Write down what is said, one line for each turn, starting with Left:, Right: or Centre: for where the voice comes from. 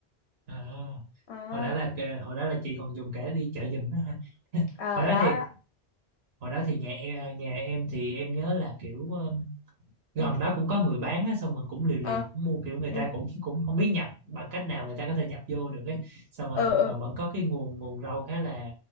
Right: à,
Left: à,
Right: hồi đó là kề- hồi đó là chị còn dùng cả đi chợ giùm đó hả
Left: à
Right: hồi đó
Left: đó
Right: thì
Left: đó
Right: hồi đó thì nhà e- nhà em thì em nhớ là kiểu ờ, gần
Left: ừ
Right: đó cũng có người bán á xong rồi cũng liều liều
Left: ờ
Right: cũng mua kiểu người
Left: ừ
Right: ta cũng cũng không biết nhập bằng cách nào người ta có thể nhập vô được ấy xong rồi
Left: ờ
Right: nhưng
Left: ờ
Right: mà vẫn có cái nguồn nguồn rau khá là